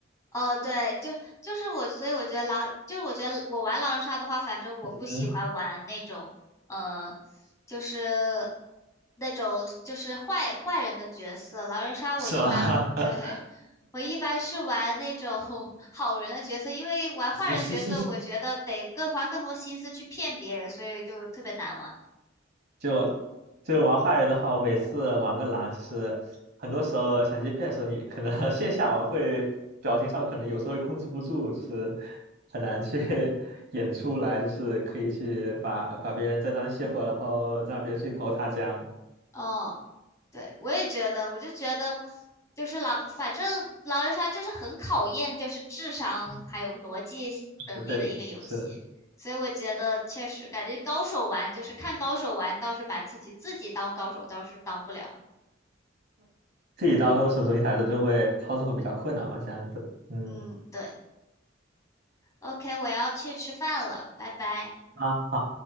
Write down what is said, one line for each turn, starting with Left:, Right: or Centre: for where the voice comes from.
Left: 哦，对，就就是我，所以我觉得狼，就是我觉得我玩狼人杀的话，反正我不喜欢玩那种，
Right: 嗯，
Left: 呃，就是那种就是坏坏人的角色。狼人杀我一般，
Right: 是吧？<laughs>
Left: 对，我一般是玩那种 <laughs> 好人的角色，因为玩坏人的角色，
Right: 是是是，
Left: 我觉得得更花更多心思去骗别人，所以就特别难玩。
Right: 就就玩坏人的话，我每次玩个狼，就是很多时候想接骗的时候，你可能 <laughs> 线下玩会表情上可能有时候会控制不住，就是很难去 <laughs> 演出来，就是可以去把把别人栽赃卸货，然后让别人去投他家。
Left: 嗯。对，我也觉得，我就觉得，就是狼，反正狼人杀就是很考验就是智商还有逻辑能力的一个游戏，
Right: 嗯，不对，是的。
Left: 所以我觉得确实感觉高手玩就是看高手玩倒是蛮刺激，自己当高手倒是当不了。
Right: 自己当空手中一孩子就会操作会比较困难嘛，这样子。嗯，
Left: 嗯，对，OK，OK，我要去吃饭了，拜拜。
Right: 啊。